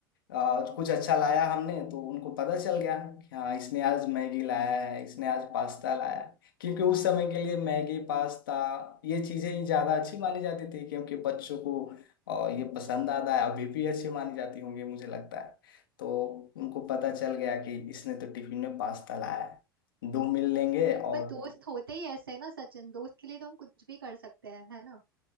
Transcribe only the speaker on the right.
बट दोस्त होते ही ऐसे है ना सचिन दोस्त के लिए तो हम कुछ भी कर सकते हैं है ना